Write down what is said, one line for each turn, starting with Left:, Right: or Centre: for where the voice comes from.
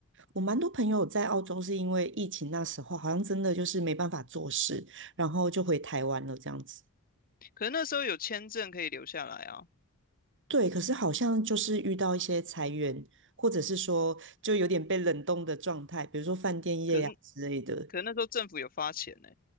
Right: 我蛮多朋友在澳洲是因为疫情那时候，好像真的就是没办法做事，然后就回台湾了这样子。
Left: 可是那时候有签证可以留下来啊，
Right: 对，可是好像就是遇到一些裁员，或者是说就有点被冷冻的状态，比如说饭店业呀、
Left: 可是
Right: 之类的。
Left: 可是那时候政府有发钱呢、